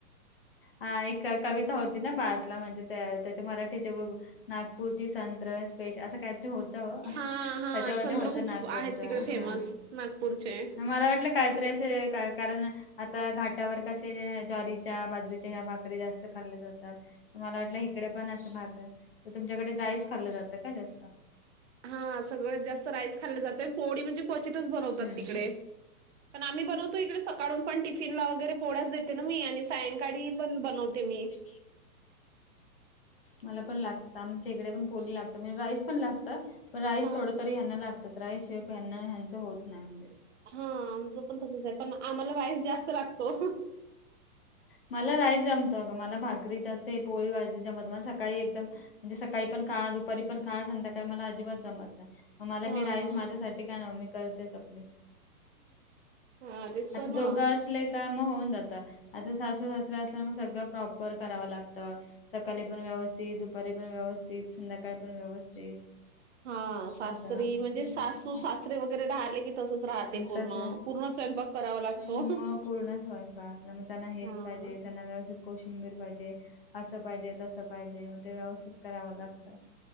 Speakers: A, on the left (about 40°); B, on the right (about 50°).
A: हा एक कविता होती ना भारतला म्हणजे त्या त्याच्या मराठीचे ब.... नागपूरची संत्र स्पेश असं काहीतरी होतंअ.
B: हां, हां.
A: त्याच्यामध्ये
B: संत्र
A: होत
B: खूप
A: नागपूरच
B: आहेत
A: हा
B: तिकडे फेमस नागपूरचे.
A: मला वाटल. काहीतरी असे कारण आता घाटावर कसे ज्वारीच्या बाजरीच्या ह्या भाकरी या जास्त खाल्ल्या जातात. मला वाटलं इकडे पण असं भाकर आहे तर तुमच्याकडे राईस खाल्लं जातं का जास्त
B: हा सगळं जास्त राईस, खाल्ले जाते पोळी म्हणजे क्वचितच बनवतात
A: हम्म
B: तिकडे पण आम्ही बनवतो इकडे सकाळून पण टिफिनला वगैरे पो्याच देते ना मी आणि सायंकाळी पण बनवते मी
A: ह मला पण लागत आमच्या इकडे पण पोली लागत म्हणजे राईस पण लागत. पण राईस
B: हां.
A: थोड तरी ह्यांना लागतात राईस हे हना ह्यांच होत नाही म्हणजे
B: हा आमचं पण तसंच आहे पण आम्हाला राईस जास्त लागतो.
A: मला राईस जमतं ग मला भाजरी जास्त पोळी भाजी जमत मला सकाळी एकदम म्हणजे सकाळी पण खा दुपारी पण खा संध्याकाळी मला अजिबात जमत नाही मला
B: हा.
A: मी राईस माझ्यासाठी काय नाही मी करतेच आपली
B: हा तेच
A: आता
B: तर ना.
A: दोघं असले. का होऊन जात आता सासू सासर असल्यामुळे, सगळं प्रॉपर करावं लागतं. सकाळी पण व्यवस्थित दुपारी पण व्यवस्थित संध्याकाळी पण व्यवस्थित
B: हा सासरी
A: असं
B: म्हणजे सासू सासरे वगैरे राहले की तसच राहते. पूर्ण.
A: तस
B: पूर्ण स्वयंपाक करावा लागतो.
A: मग पूर्ण स्वयंपाक मग त्यांना हेच
B: हा.
A: पाहिजे त्यांना व्यवस्थित कोशिंबीर पाहिजे असं पाहिजे तसं पाहिजे मग ते व्यवस्थित कराव लागतं.